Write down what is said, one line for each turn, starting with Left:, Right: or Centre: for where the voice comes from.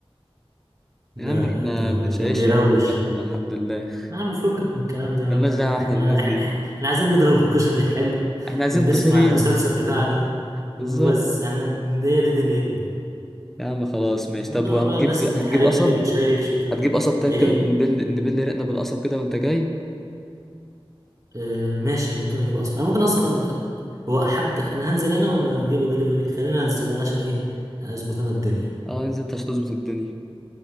Right: لا
Centre: يا عم احنا
Right: لا ده
Centre: مش
Right: كان
Centre: عايش
Right: بيروش
Centre: ولا بندخن الحمد لله
Right: يا عم فكك من الكلام ده يا
Centre: ملناش
Right: عم
Centre: دعوه احنا
Right: احنا
Centre: بالناس دي
Right: احنا عايزين نضرب الكشري الحلو
Centre: احنا عايزين
Right: ونسمع
Centre: كشري
Right: المسلسل بتاعنا
Centre: بالظبط
Right: وبس احنا هي دي دنيتنا
Centre: يا عم خلاص ماشي
Right: انما
Centre: طب وهتجيب
Right: بقى الناس الحريم
Centre: هتجيب قصب
Right: اللي بتشيش والكلام
Centre: هتجيب
Right: ده
Centre: قصب طيب
Right: ايه
Centre: كده نبل نبل رقنا بالقصب كده وانت جاي
Right: اه ماشي ممكن اجيب اصلا انا ممكن اصلا أ- هو حد انا هنزل انا ولا اجيبه دليفري خلينا انزل انا عشان ايه اظبط انا الدنيا
Centre: اه انزل انت هتظبط الدنيا